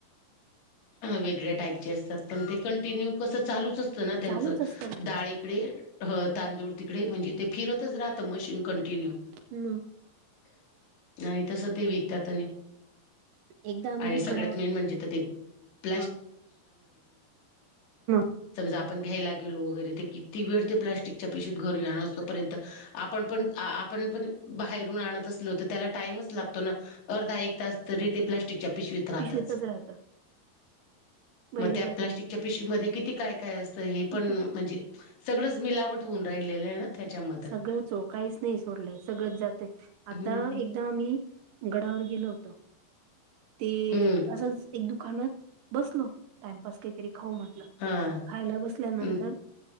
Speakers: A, on the left; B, on the right.
A: वेगळ्या टाईपचे असतात पण ते कंटिन्यू कसं चालूच अस त्यांच
B: चालूच
A: ाळी
B: असतं
A: तिकडे तांदूळ तिकडे म्हणजे ते फिरतच राहतं मशीन कंटिन्यू
B: हम्
A: आणि तस ते विकतात आणि
B: एकदा आम्ही
A: आणि सगळ्यात
B: गडावर
A: म्हण प्
B: हा मग
A: आपण घ्यायला गेलो वगैरे ते किती वेळ ते प्लास्टिकच्या पिशी घर जाणार असतोपर्यंत आपण पण आपण पण बाहेरून आणत असलोत त्याला टाइमच लागतो तो अर्धा एक तास तरी ते प्लास्टिकच्या पिशवीत राहतात
B: पिशवीतच राहत भयंकर
A: मग त्या प्लास्टिकच्या
B: काम
A: पिशीवीमध्येध्ये किती काय काय असत हे
B: किती
A: पण म्हणजे सगळंच मिलावट होऊन राहिलेलं आहे ना त्याच्यामध्ये
B: सगळंच हो काहीच नाही सोडलंय सगळंच जातं आता
A: हम्म
B: एकदा आम्ही गडावर गेलो होतो ते
A: हम्म
B: असंच एक दुकानात बसलो टाइमपास काहीतरी खाऊ म्हटलं
A: हा
B: खायला बसल्यानंतर
A: हम्म